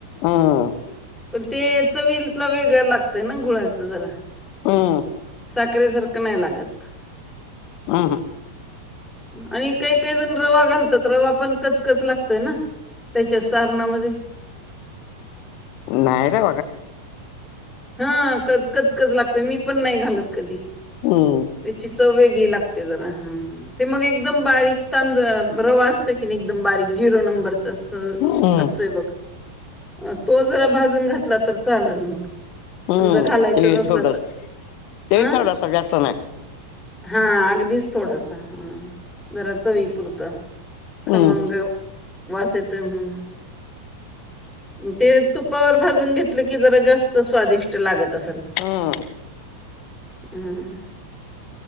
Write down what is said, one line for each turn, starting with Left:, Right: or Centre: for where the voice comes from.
Left: हम्म
Centre: पण ते चवीला वेगळं लागतय ना गुळाच जरा
Left: ह
Centre: साखरेसारखं नाही लागत.
Left: हम्म हम्म
Centre: आणि काही काही जण रवा घालतात रवा पण कचकच लागतोय ना त्याच्या सारणामध्ये
Left: नाही रे
Centre: हां कच कच कच लागतय मी पण नाही घालत कधी.
Left: हम्म.
Centre: त्याची चव वेगळी लागते जरा हां. ते मग एकदम बारीक तां रवा असतो कीनी एकदम बारीक झिरो नंबर तस
Left: हम्म
Centre: असतोय बग तो जरा भाजून घातला तर चालल मग.
Left: हम्म
Centre: समजा घालायचंच
Left: ते
Centre: असलं
Left: थोडस
Centre: तर
Left: ते
Centre: हं
Left: थोडासा जास्त नाही
Centre: हां अगदीच थोडासा, हां जरा चवीपुरतं. खमंग
Left: हम्म
Centre: वास येतोय म्हणून, ते तुपावर भाजून घेतल की जरा जास्त स्वादिष्ट लागत असंल.
Left: ह
Centre: हम्.